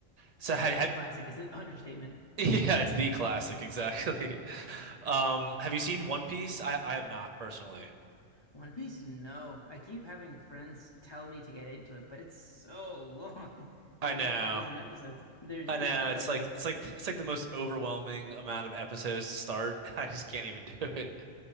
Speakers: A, on the right (about 50°); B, on the left (about 30°).
A: So
B: to say
A: have,
B: it's
A: have-
B: a classic is an <laughs> understatement.
A: <laughs> yeah, it's the classic exactly. <laughs> Um, have you seen One Piece? I I have not personally.
B: One Piece, no. I keep having friends tell me to get into it, but it's so long. <laughs>
A: I
B: It's
A: know,
B: like a thousand episodes. There's,
A: I
B: it's
A: know.
B: not
A: It's
B: like
A: like
B: a,
A: it's like it's like the most overwhelming amount of episodes to start. <laughs> I just can't even <laughs> do it.